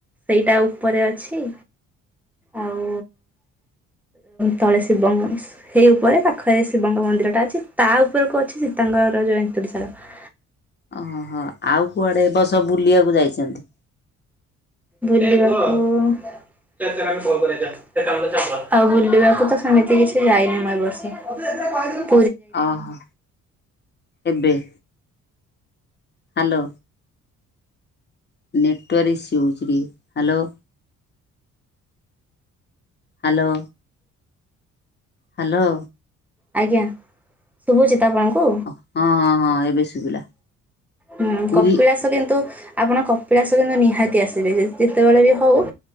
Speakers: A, in the centre; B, on the left (about 35°).
A: ସେଇଟା ଉପରେ ଅଛି। ଆଉ ତଳେ ଶିବ ମ୍ ସେଇ ଉପରେ ପାଖରେ ଶିବଙ୍କ ମନ୍ଦିର ଟା ଅଛି ତା ଉପରକୁ ଅଛି ସୀତାଙ୍କର ଏନ୍ତୁରିଶାଳ।
B: ଓହୋ ହୋ ଆଉ କୁଆଡେ ବସ ବୁଲିବାକୁ ଯାଇଛନ୍ତି?
A: ବୁଲିବା କୁ ଆଉ ବୁଲିବାକୁ ତ ସେମିତି କିଛି ଯାଇନି ମୁଁ ଏ ବର୍ଷ। ଅଛି ସେଥିରେ କହିଦେବିନୀ।
B: ଓହୋ ଏବେ। ହ୍ୟାଲୋ। ନେଟୱାର୍ ଇସୁ ହୋଉଚି ହ୍ୟାଲୋ। ହ୍ୟାଲୋ। ହ୍ୟାଲୋ।
A: ଆଜ୍ଞା ଶୁଭୁଚି ତ ଆପଣଙ୍କୁ।
B: ହଁ ହଁ ହଁ ଏବେ ଶୁଭିଲା
A: ହୁଁ
B: ପୁରୀ
A: କପିଳାସ କିନ୍ତୁ ଆପଣ କପିଳାସ କିନ୍ତୁ ନିହାତି ଆସିବେ ଯେତେବେଳେ ବି ହୋଉ